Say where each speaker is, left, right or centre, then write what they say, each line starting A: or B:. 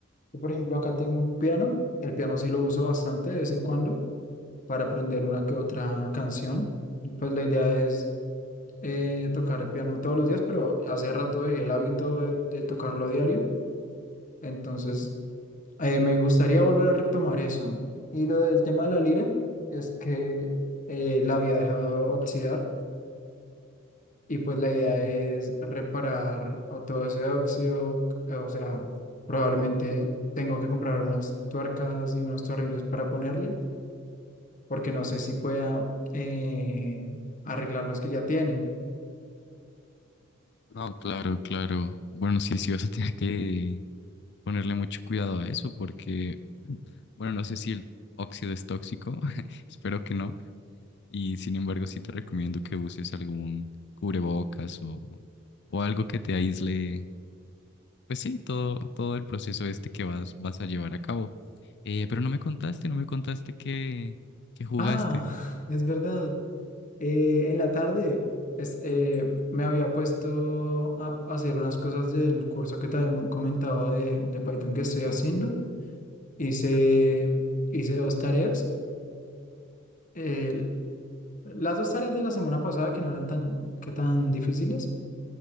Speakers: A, on the left; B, on the left.
A: Yo, por ejemplo, acá tengo un piano. El piano sí lo uso bastante de vez en cuando para aprender una que otra canción. Y pues la idea es eh, tocar el piano todos los días, pero hace rato dejé el hábito de, de tocarlo a diario. Entonces, eh, me gustaría volver a retomar eso. Y lo del tema de la lira es que eh, la había dejado oxidar y pues la idea
B: Ah,
A: es reparar o todo ese óxido. eh, O sea, probablemente tengo que comprar unas tuercas y unos tornillos para ponerle, porque no sé si pueda eh, arreglar los que ya tienen.
B: no, claro, claro. Bueno, sí, sí vas a tener que ponerle mucho cuidado a eso porque, bueno, no sé si el óxido es tóxico, <laughs> espero que no. Y sin embargo, sí te recomiendo que uses algún cubrebocas o, o algo que te aísle, pues sí, todo, todo el proceso este que vas, vas a llevar a cabo. Eh, pero no me contaste, no me contaste que, que jugaste.
A: Ah, <laughs> es verdad. Eh, en la tarde es- eh, me había puesto a p- hacer unas cosas del curso que te había mo- comentado de, de Python que estoy haciendo. Hice,
B: Claro.
A: hice dos tareas. eh, las dos tareas de la semana pasada que no eran tan, que tan difíciles.